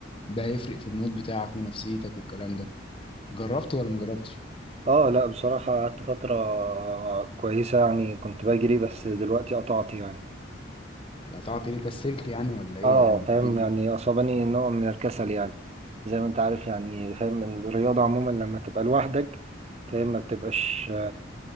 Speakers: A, on the left; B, on the right.
A: ده هيفرق في المود بتاعك ونفسيتك والكلام ده جربت ولا ما جربتش
B: اه لا بصراحة قعدت فترة كويسة يعني كنت بجري بس دلوقتي قطعت يعني
A: قطعت ليه كسلت يعني ولا ايه
B: اه
A: يا عم
B: فاهم
A: في
B: يعني اصابني نوع من الكسل يعني زي ما انت عارف يعني فاهم إن الرياضة عموما لما تبقى لوحدك فاهم ما بتبقاش